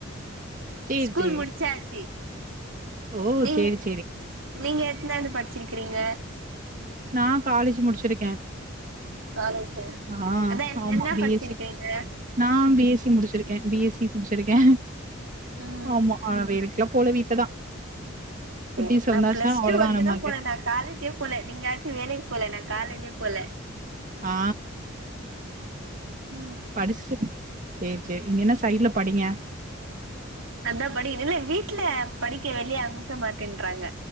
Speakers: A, on the right; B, on the right.
A: சேரி
B: ஸ்கூல்
A: சேரி
B: முடிச்சாச்சு.
A: ஓ
B: நீ
A: சேரி சேரி
B: நீங்க எத்தனாவது படிச்சிருக்கிறீங்க?
A: நா காலேஜ் முடிச்சிருக்கே.
B: காலேஜா
A: ஆ
B: அதா என்
A: ஆமா
B: என்ன
A: பி
B: படிச்சிருக்கீங்க?
A: எஸ் சி நா பி எஸ் சி முடிச்சிருக்கே பி எஸ் சி முடிச்சிருக்கே.
B: ம்
A: ஆமா ஆனா வேலைக்குலா போல வீட்லதா குட்டீஸ்
B: ஏங்க நா
A: வந்தாச்சா
B: பிளஸ்
A: அவ்ளோதா
B: டூ வரைக்கிதா
A: நமக்கு
B: போன நா காலேஜே போல நீங்களாச் சு வேலைக்கி போல நா காலேஜே போல.
A: ஆ
B: ம்
A: படிச்சுட்டு சேரி சேரி இனி என்ன சைட்ல படிங்க.
B: அதா படிக்கணு. இல்ல வீட்ல படிக்க வெளிய அனுப்ப மாட்டேன்றாங்க.